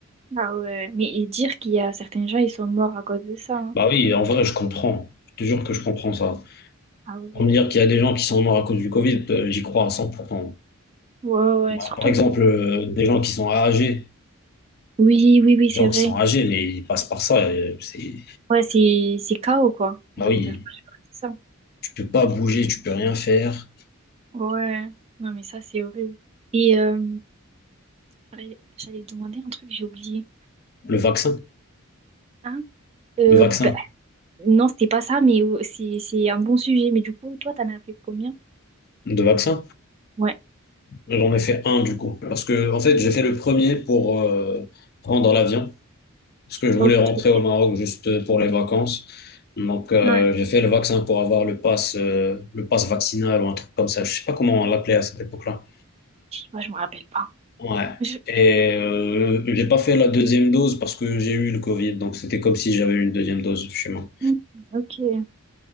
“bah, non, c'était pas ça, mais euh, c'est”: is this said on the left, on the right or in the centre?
Right